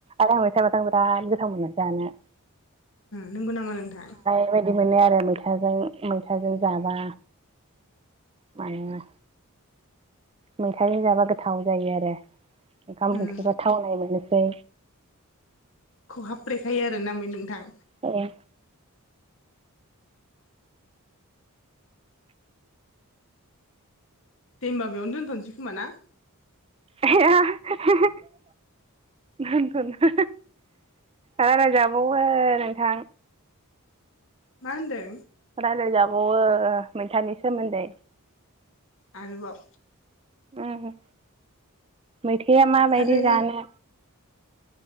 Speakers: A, on the right (about 25°); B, on the left (about 60°).
A: आरो आं मैथा बाथोन आं बिराद गोथां मोनो जानो
B: नंगौ नामा नोंथां
A: बेबायदि मोनो आरो मैथाजों मैथाजों जाबा माना मैथों जाबा गोथाव जायो आरो ओंखाम
B: उम
A: ओंख्रिबा थाव नाय मोनसै
B: खहाब्रेखायो आरो ना मै नोंथां
A: ए
B: दे होनबा बेयावनो दोनथ'नोसै खोमा ना
A: ह <inaudible> दोनथ'नो राय्लायजाबावो नोंथां
B: मा होनदों
A: राय्लायजाबावो मैथानि सोमोन्दै
B: आरोबाव
A: उम मैथायआ माबायदि
B: आरो
A: जानो